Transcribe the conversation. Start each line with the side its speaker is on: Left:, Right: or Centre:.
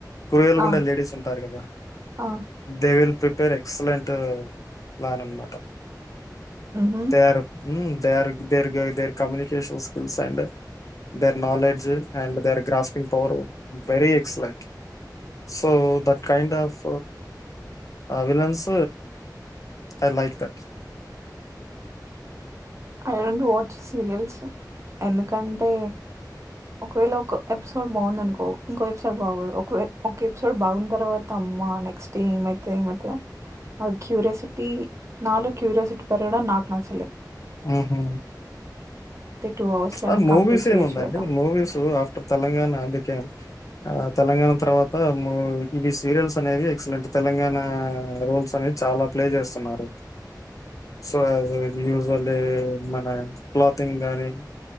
Left: కృయల్
Right: ఆ
Left: గుండే లేడీస్ ఉంటారు కదా
Right: ఆ
Left: దే విల్ ప్రిపేర్ ఎక్సలెంట్ లా అన్నమాట
Right: ఉహు
Left: దేర్. హు their their communication skills and their knowledge and their grasping power very excellent so that kind of villains I like that
Right: I don't watch serials ఎందుకంటే ఒకవేళ ఒక ఎపిసోడ్ బాగుంద అనుకో ఇంకో episode బాగదు ఒక ఎపిసోడ్ బాగున తర్వాత అమ్మ నెక్స్ట్ డే ఏమైతే టైం పడతదా ఆ క్యూరియాసిటీ నాలో క్యూరియాసిటీ పెరగడం నాకు నచ్చలేదు
Left: ఉ హు
Right: టూ అవర్స్ లో
Left: అ మూవీస్
Right: కంప్లీట్ చేయొచ్చు
Left: ఏము ఉందండి
Right: కదా
Left: మూవీస్ ఆఫ్టర్ తెలంగాణ గన అందుకే ఆ తెలంగాణ తర్వాత ము ఇవి సీరియల్స్ అనేవి ఎక్సలెంట్ తెలంగాణ రోల్స్ అనేవి చాలా ప్లే చేస్తున్నారు సో యజ్ యూజ్వల్లి మన క్లాతింగ్ గానీ